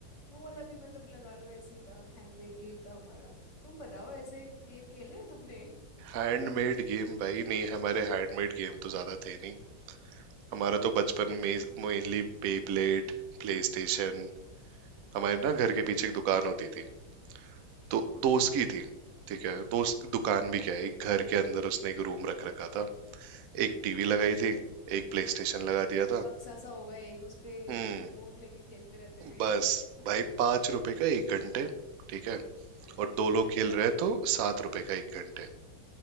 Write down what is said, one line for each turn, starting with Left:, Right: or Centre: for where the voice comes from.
Left: वो वाला भी मतलब लगा लो ऐसे ही था हैंडमेड गेम था हमारा तुम बताओ ऐसे गेम खेले हैं तुमने
Right: गेम भाई नहीं हमारे हैंडमेड गेम तो ज्यादा थे नहीं हमारा तो बचपन में मेनली बेब्लेड प्लेस्टेशन हमारे ना घर के पीछे
Left: अ,
Right: एक दुकान होती थी तो दोस्त की थी ठीक है दोस्त दुकान भी क्या है एक घर के अंदर उसने एक रूम रख रखा था एक टीवी
Left: समझ
Right: लगाई थी
Left: गए
Right: एक प्लेस्टेशन लगा दिया था
Left: बक्सा सा होगा एक उस पे
Right: हम्म
Left: रिमोट लेके खेलते रहते थे
Right: बस भाई पाँच रुपए का एक घंटे ठीक है
Left: <laughs>
Right: और दो लोग
Left: अच्छा
Right: खेल रहे हैं तो सात रुपए का एक घंटे